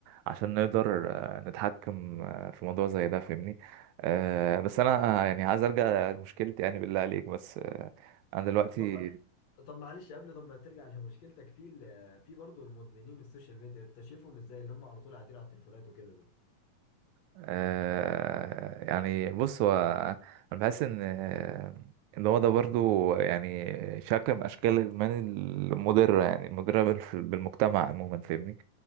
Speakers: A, on the right (about 80°); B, on the left (about 60°).
A: عشان نقدر آه، نتحكم آه، في موضوع زي ده فاهمني آه، بس أنا آه، يعني عايز أرجع لمشكلتي يعني بالله عليك بس آه، أنا دلوقتي
B: طب طب معلش قبل طب ما ترجع لمشكلتك في ال- في برضه المدمنين السوشيال ميديا انت شايفهم ازاي اللي هم على طول قاعدين على التليفونات وكده دول
A: آه يعني بص هو انا بحس ان آه، ان هو ده برضو يعني شكل من اشكال الادمان المضره يعني المضره بال- بالمجتمع عموما فاهمني